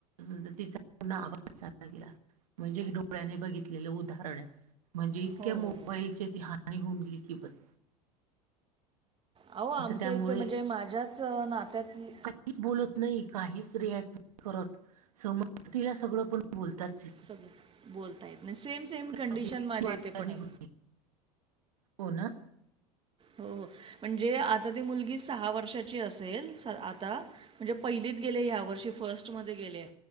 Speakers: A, on the right; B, on the right.
A: ग तिचा पन आवाज चाला गेला म्हणजे हे डोळ्याने बघितलेलं उदाहरण आहे. म्हणजे इतक्या
B: हो
A: मोबाईलची
B: हो हो
A: ती हानी होऊन गेली की बस.
B: अहो आमचं
A: तर त्यामुळे
B: इथे म्हणजे माझ्याच नात्याततली.
A: का बोलत नाही काहीच रिएक्ट नाही करत समजत तिला सगळं पण बोलतच.
B: सगळ बोलता येत नाही सेम सेम कंडिशन
A: होती ती
B: माझ्या
A: वाचा
B: इथे पण
A: निघून
B: आहे.
A: हो ना.
B: हो, हो. म्हणजे आता ती मुलगी सहा वर्षाची असेल आता म्हणजे पहिली गे ह वर्षी फर्स्टमध्ये गेले